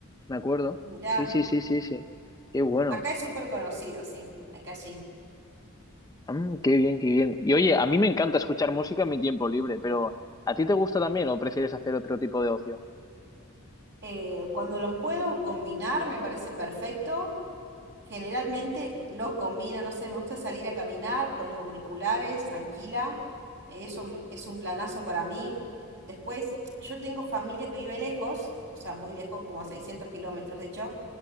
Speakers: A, on the left; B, on the right.
A: Me acuerdo.
B: mirá.
A: Sí, sí, sí, sí, sí. Qué bueno.
B: Acá es súper conocido, sí. Acá sí.
A: Mm, qué bien, qué bien. Y oye, a mí me encanta escuchar música en mi tiempo libre, pero ¿a ti te gusta también o prefieres hacer otro tipo de ocio?
B: Eh, cuando los puedo combinar me parece perfecto. Generalmente los combina, no sé, me gusta salir a caminar con los auriculares, tranquila. Eso m- es un planazo para mí. Después, yo tengo familia que vive lejos, o sea, muy lejos, como a 600 kilómetros de hecho,